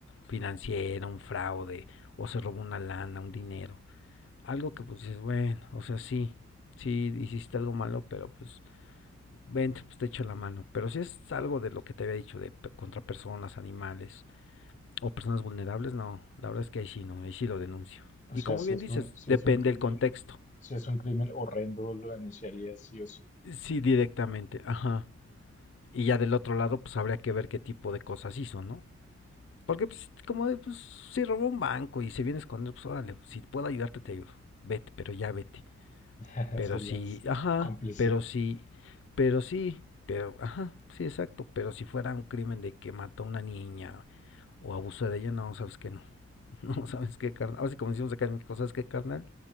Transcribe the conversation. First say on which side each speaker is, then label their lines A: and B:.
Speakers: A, on the left; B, on the left.
A: financiero, un fraude, o se robó una lana, un dinero, algo que pues dices, bueno, o sea, sí, sí hiciste algo malo, pero pues vente, pues te echo la mano. Pero si es algo de lo que te había dicho, de contra personas, animales o personas vulnerables, no, la verdad es que ahí sí no, ahí sí lo denuncio.
B: O
A: Y
B: sea,
A: como
B: si
A: bien
B: es
A: dices,
B: un, si
A: depende
B: es un crimen,
A: el contexto.
B: si es un crimen horrendo, lo denunciarías sí o sí.
A: Sí, directamente, ajá. Y ya del otro lado, pues habría que ver qué tipo de cosas hizo, ¿no? Porque pues como de, pues si robó un banco y se viene a esconder, pues órale, si puedo ayudarte te ayudo. Vete, pero ya vete.
B: <laughs>
A: Pero
B: Serías
A: si, ajá,
B: cómplice.
A: pero si, pero sí, pero, ajá, sí, exacto, pero si fuera un crimen de que mató a una niña o abusó de ella, no, sabes que no, <laughs> no, sabes qué, carnal, ahora sí como decimos acá en México, sabes qué, carnal,